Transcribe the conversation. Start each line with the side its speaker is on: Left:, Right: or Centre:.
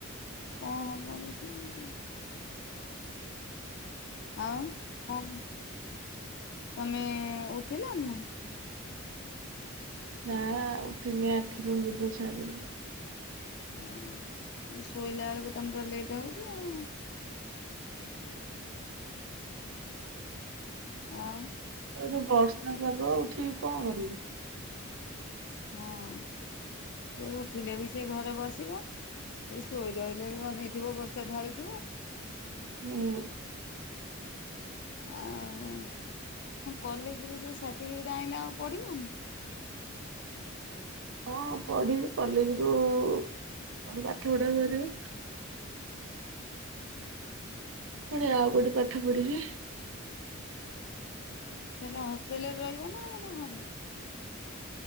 Left: କଣ ହବ ଦେଖିଆ। ଆଉ କଣ କ ତମେ ଉଠିଲଣି ନା?
Right: ନା ଉଠନି ଆଖିରୁ ନିଦ ଛାଡୁନି।
Left: ହଁ ଶୋଇଲା ବେଳକୁ ତମର ଲେଟ୍ ହଉଛି। ଆଉ। ଆ
Right: ଆଉ ବର୍ଷା ପାଗ, ଉଠିକି କଣ କରିବି?
Left: ହଁ ସେ ଉଠିଲେ ବି ସେ ଘରେ ବସିବ। ସେ ଶୋଇ ରହିଲେ ବି ଅନେଇଥିବ ବର୍ଷା ଢାଳୁଥିବ।
Right: ହୁଁ ଉଁ
Left: ଆଉ କଲେଜରୁ ଯେଉଁ ସାର୍ଟିଫିକେଟ୍ ଆଣିଲେ ଆଉ ପଢ଼ିବନି?
Right: ହଁ ପଢିବି କଲେଜରୁୁ ମୋର ପାଠ ପଢା କରିବ। ପୁଣି ଆଉ ଗୋଟେ ପାଠ ପଢିବି।
Left: ସେଲେ ହଷ୍ଟେଲରେ ରହିବ ନା ମାନେ ଘରେ?